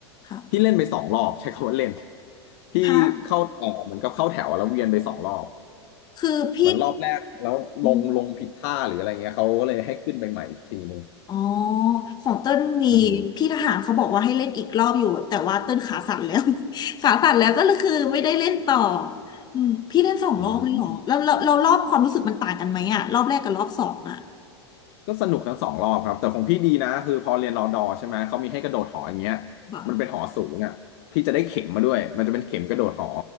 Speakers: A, on the left; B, on the left.
A: ค่ะ
B: พี่เล่นไปสองรอบใช้คำว่าเล่นพี่เข้าเออเหมือนกับเข้าแถวแล้วเวียนไปสองรอบ
A: ฮะคือพี่
B: เหมือนรอบแรกแล้วลงลงผิดท่าหรืออะไรเงี้ยเขาก็เลยให้ขึ้นไปใหม่อีกทีนึง
A: อมอ๋อของเต้นมีพี่ทหารเขาบอกว่าให้เล่นอีกรอบอยู่แต่ว่าเต้นขาสั่นแล้ว
B: อืม
A: <laughs> ขาสั่นแล้วก็เลยคือไม่ได้เล่นต่ออืมพี่เล่นสองรอบเลยเหรอแล้วเราเรารอบความรู้สึกมันต่างกันไหมอะรอบแรกกับรอบสองอะ
B: อืม ก็สนุกทั้งสองรอบครับแต่ของพี่ดีนะคือพอเรียนรอดอใช่ไหมเขามีให้กระโดดหออย่างเงี้ย
A: ค่ะ
B: มันเป็นหอสูงอ่ะพี่จะได้เข็มมาด้วยมันจะเป็นเข็มกระโดดหอ